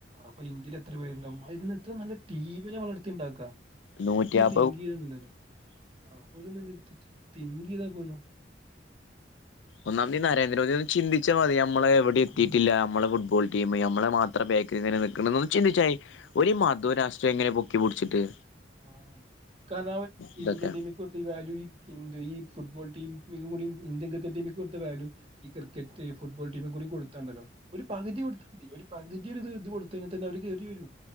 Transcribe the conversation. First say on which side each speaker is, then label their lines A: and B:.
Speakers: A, on the right; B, on the left.
A: അപ്പൊ ഇന്ത്യയിൽ എത്ര പേരുണ്ടാവും അതിന് എത്ര നല്ല ടീമിനെ വളർത്തി ഉണ്ടാക്ക
B: നൂറ്റിയ അ
A: ങ്കീല്ലോ ആ ഒരു മിനിറ്റ് തിങ്കീചെയ്താ പോലും
B: ഒന്നാംമതീ നരേന്ദ്രമോദി ഒന്ന് ചിന്തിച്ച മതി നമ്മള് എവിടെ എത്തിട്ടില്ല
A: ആഹ്
B: നമ്മള് ഫുട്ബോൾ ടിംമ് നമ്മെ മാത്രം ബക്കി ഇങ്ങനെ നിക്കണതെന്ന് ചിന്തിച്ചായി ഒരു മധോരാഷ്ട്രിയം ഇങ്ങനെ പൊക്കിപിടിച്ചിട്ട്.
A: ആ <unintelligible>
B: ഇതൊക്കെ
A: ഇന്ത്യൻ ടീംമിൽ കൊടുത്ത ഈ വാല്യു ഈ കിന്തു ഈ ഫുട്ബോൾ ടീം. യൂണിയന്‍ ഇന്ത്യൻ ക്രിക്കറ്റ് ടീമ കൊടുത്ത വാല്യു ഈ ക്രിക്കറ്റ് ഫുട്ബോൾ ടീമ കൂടി കൊടുത്താണ്ടല്ലോ ഒരു പകുതി കൊടുത്തമതി ഒരു പകുതി ഒരിത് ഇത് കൊടുത്തൽ തന്നെ അവര് കയറി വരും.